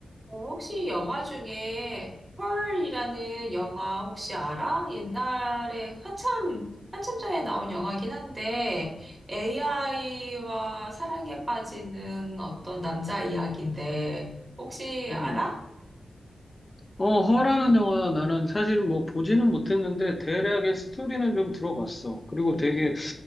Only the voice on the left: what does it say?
음. 어, 허라는 영화 나는 사실 뭐 보지는 못했는데 대략의 스토리는 좀 들어봤어. 그리고 되게